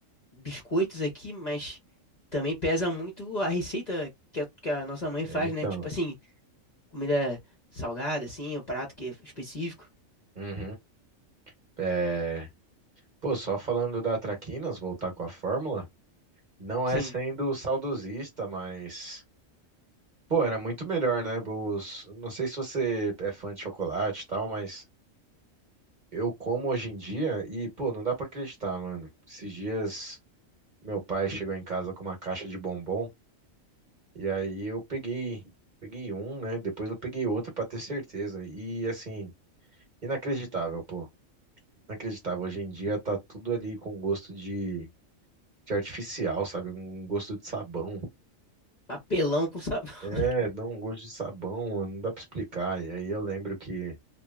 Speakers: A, on the left (about 40°); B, on the right (about 40°).
A: biscoitos aqui, mas também pesa muito a receita que a, que a nossa mãe faz,
B: é, então.
A: né? Tipo assim, comida salgada, assim, o prato que é específico.
B: Uhum. É, pô, só falando da Traquinas, voltar com a fórmula, não
A: Sim,
B: é sendo saudosista, mas. Pô, era muito melhor, né? Os, não sei se você é fã de chocolate e tal, mas eu como hoje em dia e, pô, não dá pra acreditar, mano. Esses dias meu pai chegou em casa com uma caixa de bombom e aí eu peguei, peguei um, né? Depois eu peguei outro pra ter certeza. E assim. Inacreditável, pô. Inacreditável. Hoje em dia tá tudo ali com gosto de, de artificial, sabe? Um um gosto de sabão.
A: papelão com sabor. <laughs>
B: É, dá um gosto de sabão, não dá pra explicar. E aí eu lembro que.